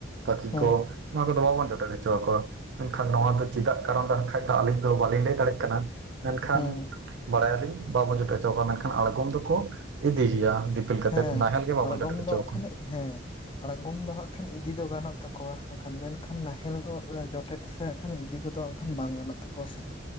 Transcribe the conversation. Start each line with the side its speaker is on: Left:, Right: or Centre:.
Right: ᱯᱟᱠᱷᱤ
Left: ᱦᱮᱸ
Right: ᱠᱚ ᱱᱚᱣᱟ ᱠᱚᱫᱚ ᱵᱟᱵᱚᱱ ᱡᱚᱴᱮᱫ ᱦᱚᱪᱚᱣᱟ ᱠᱚᱣᱟ᱾ ᱢᱮᱱᱠᱷᱟᱱ ᱱᱚᱣᱟ ᱫᱚ ᱪᱮᱫᱟᱜ ᱠᱟᱨᱚᱱ ᱵᱟᱠᱷᱟᱡ ᱫᱚ ᱟᱹᱞᱤᱧ ᱫᱚ ᱵᱟᱹᱞᱤᱧ ᱞᱟᱹᱭ ᱫᱟᱲᱮᱭᱟᱜ ᱠᱟᱱᱟ ᱢᱮᱱᱠᱷᱟᱱᱼᱼ
Left: ᱦᱮᱸ
Right: ᱵᱟᱲᱟᱭᱟᱞᱤᱧ ᱵᱟᱵᱚᱱ ᱡᱩᱴᱮᱫ ᱦᱚᱪᱚᱣᱟ ᱠᱚᱣᱟ ᱢᱮᱱᱠᱷᱟᱱ ᱟᱸᱬᱜᱚᱢ ᱫᱚᱠᱚ ᱤᱫᱤ ᱜᱮᱭᱟ᱾ ᱫᱤᱯᱤᱞ ᱠᱟᱛᱮᱫ
Left: ᱦᱮᱸ
Right: ᱱᱟᱦᱮᱞ ᱜᱮ ᱵᱟᱵᱚᱱ
Left: ᱟᱸᱲᱜᱚᱢ
Right: ᱡᱚᱴᱮᱫ ᱦᱚᱪᱚ
Left: ᱫᱚ ᱦᱟᱸᱜ
Right: ᱟᱠᱚᱣᱟ
Left: ᱠᱷᱟᱱ ᱦᱮᱸ ᱟᱸᱲᱜᱚᱢ ᱫᱚ ᱦᱟᱸᱜ ᱠᱷᱟᱱ ᱤᱫᱤ ᱫᱚ ᱜᱟᱱᱚᱜ ᱛᱟᱠᱚᱣᱟ᱾ ᱠᱷᱟᱱ ᱢᱮᱱᱠᱷᱟᱱ ᱱᱟᱦᱮᱞ ᱫᱚ ᱮᱸ ᱡᱚᱴᱮᱫ ᱥᱮ ᱦᱟᱸᱜ ᱠᱷᱟᱱ ᱤᱫᱤ ᱠᱚᱫᱚ ᱵᱟᱝ ᱜᱟᱱᱚᱜ ᱛᱟᱠᱚᱣᱟ ᱥᱮ᱾